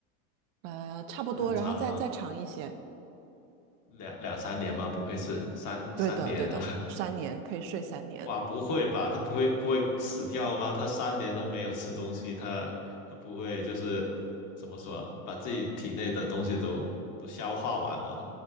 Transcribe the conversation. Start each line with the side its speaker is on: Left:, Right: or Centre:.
Right: 呃，差不多，
Left: 那很长的话，
Right: 然后再再长一些，
Left: 两两三年吗？不会是三三年？
Right: 对的对的，
Left: <laughs>
Right: 三年可以睡三年，
Left: 哇，不会吧？他不会不会死掉吗？他三年都没有吃东西，他他不会就是怎么说啊，把自己体内的东西都都消化完吗？